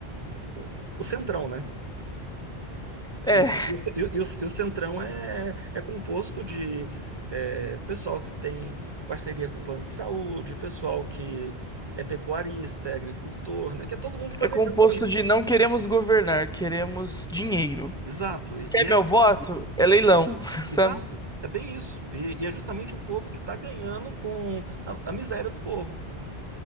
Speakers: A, on the right (about 25°); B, in the centre.
A: o, o centrão, né?
B: é,
A: E, e, o ce- e o- e o- e o Centrão é, é composto de é, pessoal que tem parceria com plano de saúde, pessoal que é pecuarista, é agricultor, né? Que é todo mundo está
B: é
A: ganhando
B: composto
A: com isso.
B: de não queremos governar, queremos dinheiro.
A: Exato. E,
B: Quer
A: e é
B: meu voto? É leilão, <laughs> sabe?
A: exato, é bem isso. E, e é justamente o povo que está ganhando com a, a miséria do povo.